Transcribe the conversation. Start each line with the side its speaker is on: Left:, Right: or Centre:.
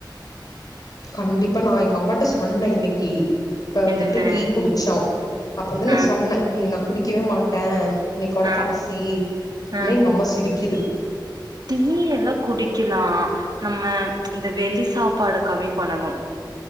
Left: கண்டிப்பா நா எங்க அம்மாட்ட சொன்ன இன்னிக்கி இப்ப வந்துட்டு
Right: என்னன்னு
Left: டீ குடிச்சோ அப்ப வந்து நா
Right: ஆ
Left: சொன் இனி நா குடி க்கவே மாட்டே இன்னைக்கோட
Right: ஆ
Left: கடைசி உன்னே
Right: ஆ
Left: எங்க அம்மா சிரிக்குது
Right: டீ எல்லா குடிக்கலா நம்ம இந்த வெளி சாப்பாட கம்மி பண்ணணு.